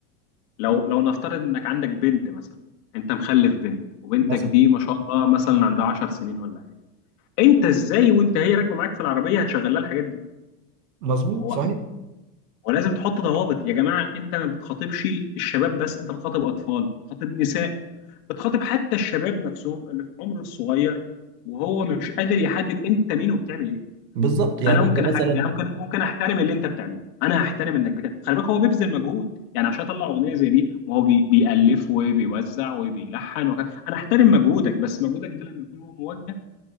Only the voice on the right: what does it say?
مثلا
مظبوط
صحيح
بالظبط يعني
انت
مثلا